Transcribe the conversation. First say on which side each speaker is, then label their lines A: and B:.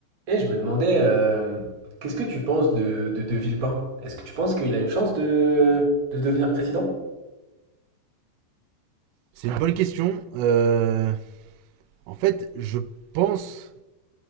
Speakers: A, on the right (about 20°); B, on the right (about 90°).
A: Et je me demandais, euh, qu'est-ce que tu penses de, de, de Villepin? Est-ce que tu penses qu'il a une chance de, de devenir président?
B: C'est une bonne question. Euh, en fait, je pense